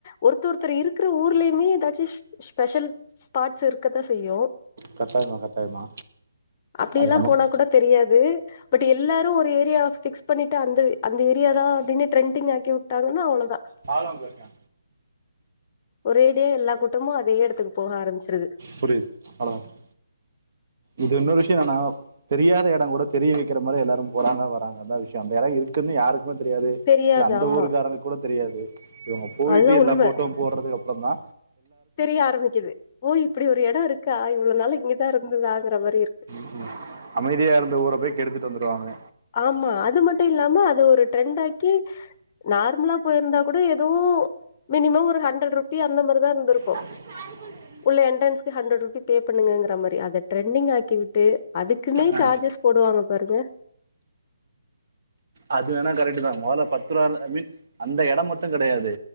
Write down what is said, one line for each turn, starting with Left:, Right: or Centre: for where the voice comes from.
Left: ஒருத்த ஒருத்தர் இருக்குற ஊர்லயுமே எதாச்சுஸ் ஸ்பெஷல் ஸ்பாட்ஸ் இருக்கத்தா செய்யு.
Right: கட்டாயமா கட்டாயமா
Left: அப்படியெல்லா
Right: அது நமக்
Left: போனா கூட தெரியாது பட் எல்லாரு ஒரு ஏரியாவ ஃபிக்ஸ் பண்ணிட்டு அந்து அந்த ஏரியாதா அப்டினே ட்ரெண்டிங் ஆக்கி உட்டாங்கனா அவ்ளதா.
Right: பால் வாங்க போயிருக்கா
Left: ஒரேடியா எல்லா கூட்டமு அதே எடத்துக்கு போக ஆரமிச்சிருது.
Right: புரிது <unintelligible> இது இன்னொரு விஷியோ என்னனா தெரியாத எடங்கூட தெரிய வெக்கிற மாரி எல்லாரும் போறாங்க வராங்க அதா விஷ்யோ அந்த எடோ இருக்குன்னு யாரு க்மே தெரியாது
Left: தெரியாது
Right: இல்ல அந்த
Left: ஆமா
Right: ஊருக்காரனுக் கூட தெரியாது. இவுங்க போயிட்டு
Left: அதுதா
Right: எல்லா
Left: உண்ம
Right: ஃபோட்டோவு போட்றதுக்கு அப்புறந்தா
Left: தெரிய ஆரமிக்குது ஓ இப்பிடி ஒரு எடோ இருக்கா இவ்ளு நாளு இங்கதா இருந்துதாங்கற மாரி இரு
Right: ம் ம் அமைதியா இருந்த ஊர போய் கெடுத்துட்டு வந்துருவாங்க.
Left: ஆமா அது மட்டு இல்லாம அது ஒரு ட்ரெண்டாக்கி நார்மலா போயிருந்தா கூட எதுவு மினிமம் ஒரு ஹண்ரட் ருப்பி அந்த மாரிதா இருந்துரு
Right: த ச <unintelligible>
Left: உள்ள என்ரன்ஸ்க்கு ஹண்ரடு ருபி பே பண்ணுங்கங்கற மாரி அத ட்ரெண்டிங் ஆக்கிவிட்டு அதுக்குன்னே
Right: அஹ்,
Left: சார்ஜஸ் போடுவாங்க பாருங்க
Right: அது வேணா கரெக்ட்டுதா மொதல பத்துருவார்த ஐ மீன் அந்த எடம் மட்டுங் கெடையாது.